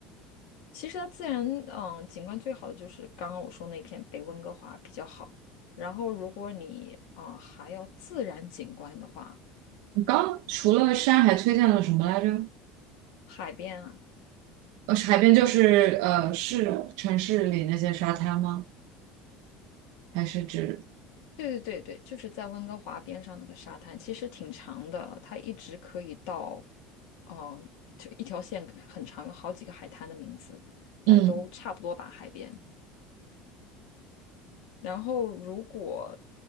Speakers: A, on the left; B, on the right.
A: 其实它自然嗯景观最好的就是刚刚我说那片北温哥华比较好。然后如果你啊、呃还要自然景观的话，
B: 你刚除了山还推荐了什么来着？
A: 海边啊，
B: 呃，海边就是呃市城市里那些沙滩吗？还是指
A: 对对对对，就是在温哥华边上那个沙滩，其实挺长的，它一直可以到，哦、就一条线很长，有好几个海滩的名字，但都差不多吧，
B: 嗯
A: 海边。然后如果